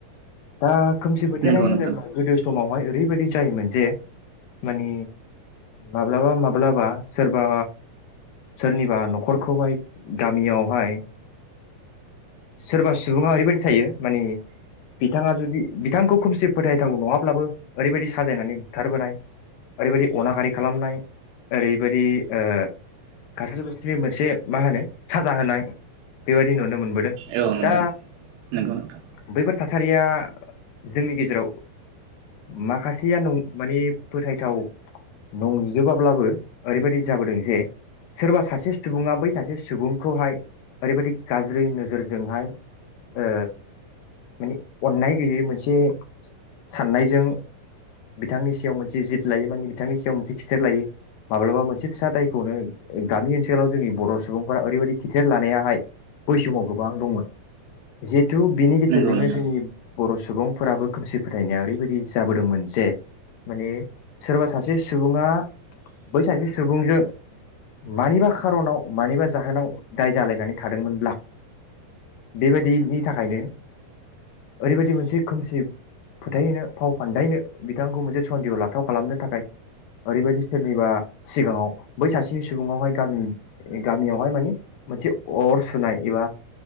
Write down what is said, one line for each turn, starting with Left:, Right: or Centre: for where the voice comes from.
Left: दा। खोमसि फोथायनाय
Right: नंगौ
Left: होनोब्ला
Right: नोंथां
Left: गोदो समाव बहाय ओरैबायदि जायोमोन जे, मानि माब्लाबा, माब्लाबा सोरबा सोरनिबा न'खरखौ हाय, गामियाव हाय, सोरबा सुबुङा औरैबायदि थायो माने, बिथांआ जूदि बिथांखौ खौमसि फोथायथाव नंआ बाबो, औरैबायदि साजायनानै बूथारबोनाय। औरैबायदि अनागारि खालामनाय, ओरैबायदि ओ खास्रि बिस्रि मोनसे मा होनो साजा होनाय बेबायदि नुनो मोनबोदों।
Right: औ नोंथां
Left: दा।
Right: नंगौ नोंथां
Left: बैफोर थासारिया जोंनि गेजेराव माखासेया नं माने फोथायथाव नंजोबाब्लाबो ओरैबायदि जाबोदों जे सोरबा सासे सुबुङा बै सासे सुबुंखौहाय ओरैबायदि गाज्रि नोजोरजोंहाय ओ माने अन्नाय गैयै मोनसे साननायजों बिथांनि सायाव मोनसे जित लायो माने बिथांनि सायाव मोनसे खिथेर लायो माब्लाबा मोनसे फिसा दायखौनो गामि ओनसोलाव जोंनि बर सुबुंफोरा ओरैबायाददि खिथेर लानायाहाय बै समाव गोबां दंमोन जिथ थु बिनि गेजेरजोंनो
Right: नंगौ नोंथां
Left: जोंनि बर' सुबुंफोराबो खोमसि फोथायनाया ओरैबायदि जाबोदोंमोन जे माने सोरब सासे सुबुङा बै सासे सुबुंजों मानिबा खार'नाव मानिबा जाहोनाव दाय जालायनानै थादोंमोनब्ला बेबायदिनि थाखायनो ओरैबायदि मोनसे खोमसि फोथायहोनो फाव फान्दायनो बिथांखौ मोनसे सन्देह लाथाव खालामनो थाखाय ओरैबायदि सोरनिबा सिगाङाव बै सासेनि सुबुंआवहाय गामि गामियावहाय माने मोनसे अर सुनाय एबा